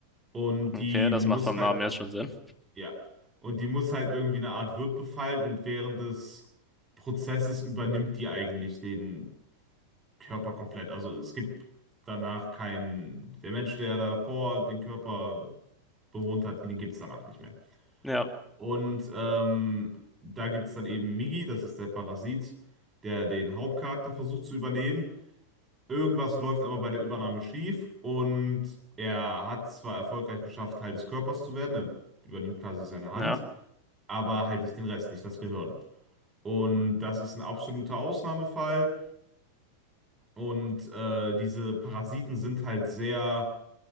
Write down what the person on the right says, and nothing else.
und die
muss
halt,
ja, und die muss halt irgendwie eine Art Wirt befallen und während des Prozesses übernimmt die eigentlich den Körper komplett. Also es gibt danach keinen, der Mensch, der da davor den Körper bewohnt hat, den gibt es danach nicht mehr.
Und ähm, da gibt es dann eben Migi, das ist der Parasit, der den Hauptcharakter versucht zu übernehmen. Irgendwas läuft aber bei der Übernahme schief und er hat zwar erfolgreich geschafft, Teil des Körpers zu werden, er übernimmt quasi seine Hand,
aber halt nicht den Rest, nicht das Gehirn. Und das ist ein absoluter Ausnahmefall und äh, diese Parasiten sind halt sehr